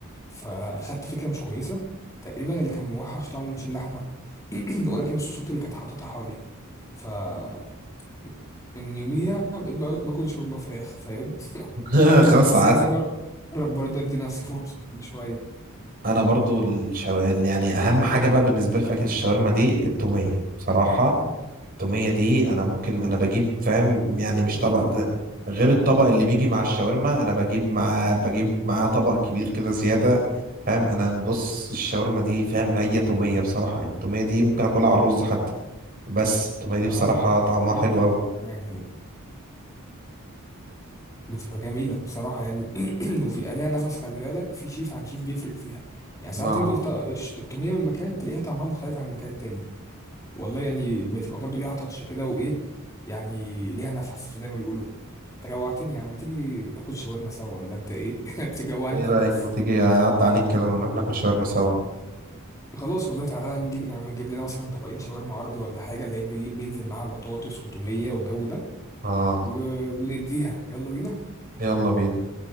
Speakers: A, on the left; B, on the right.
A: فاخدت فكره مش كويسه تقريبا اللي كان موحش طعمه مش اللحمه <clears throat> ولكن الصوصات اللي كانت حاططها حواليه فمن يوميها بقيت با- باكل شاورما فراخ فاهم
B: <laughs> خلاص
A: بس
B: تعقدت
A: عايز اجرب برضه ادي نفسي فرصه من شويه
B: انا برضو الشو... يعني اهم حاجه بقى بالنسبه لي في اكل الشاورما دي التوميه بصراحه التوميه دي انا ممكن انا بجيب فاهم يعني مش
A: اه
B: طبق
A: طبعا
B: ده غير الطبق اللي بيجي مع الشاورما انا بجيب مع بجيب معاه طبق كبير كده زياده فاهم انا بص الشاورما دي فاهم هي توميه بصراحه التوميه دي ممكن اكلها على الرز حتى بس التوميه دي بصراحه
A: اه لا حوار
B: طعمها حلو قوي
A: يعني بتبقى جميله بصراحه يعني <clears throat> وفي عليها نفس خلي بالك في شيف عن شيف بيفرق فيها يعني ساعات
B: ما
A: تجيب الط- الش- التوميه من مكان تلاقيها طعمها مختلف عن المكان التاني والله يعني بتبقى برضو ليها تاتش كده وايه يعني ليها نفس زي ما بيقولوا انت جوعتني يا عم ما تيجي ناكل شاورما سوا ولا انت ايه <laughs> تجوعني
B: ايه
A: وخلاص
B: رايك ما تيجي اعدي عليك كده ونروح ناكل شاورما سوا
A: خلاص والله تعالى نجيب نعمل نجيب لنا مثلا طبقين شاورما عربي ولا حاجه اللي هي بيجي- بينزل معاها بطاطس وتوميه والجو ده
B: اه
A: و... ونديها يلا بينا
B: يلا بينا